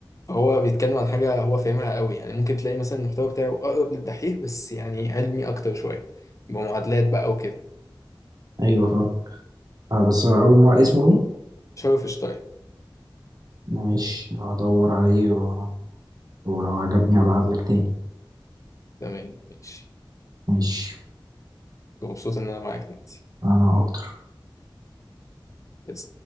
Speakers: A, on the left; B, on the right.
A: فهو بيتكلم عن حاجة هو فاهمها قوي يعني ممكن تلاقي مثلا المحتوى بتاعه اقرب للدحيح بس يعني علمي اكتر شوية بمعادلات بقى وكده
B: أيوة فاهم آه، بس أول ما اسمه إيه؟
A: شرف شطاي
B: ماشي هدور عليه و... ولو عجبني أبعتلك تاني
A: تمام ماشي
B: ماشي
A: مبسوط ان انا معاك دلوقتي
B: أنا أكتر
A: يس.